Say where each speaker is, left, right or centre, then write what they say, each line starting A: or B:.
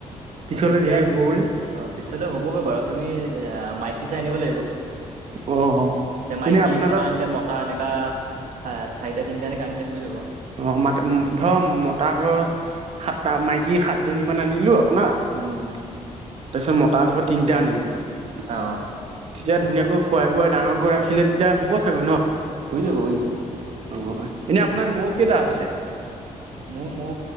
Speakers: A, on the right (about 50°); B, on the right (about 75°).
A: পিছলে
B: অ তেতিয়া
A: ধেৰ হ'বগৈ নে
B: অ পিছলৈ হ'বগৈ বাৰু তুমি আ মাইকী চাই আনিব লাগিব।
A: অ অ
B: এ মাইকী
A: এনে আপোনাৰ
B: ছটা
A: তাত
B: আনিলে মতা এনেকা হা চাৰিটা তিনিটা এনেকে আনিলে হৈ যাব।
A: অ মাত ধৰ মতা ধৰ সাতটা মাইকী সাতজনী মান আনিলো শুনা
B: উম
A: তাৰপিছত মতা ধৰ তিনিটা আনিলো
B: অ।
A: তেতিয়া ধুনীয়াকৈ খোৱাই বোৱাই ডাঙৰকৈ ৰাখিলে তেতিয়া হ'ব চাগৈ ন?
B: হৈ যাব হৈ যাব।
A: অ এনেই আপোনাৰ ম'হ কেইটা আছে?
B: মোৰ ম'হ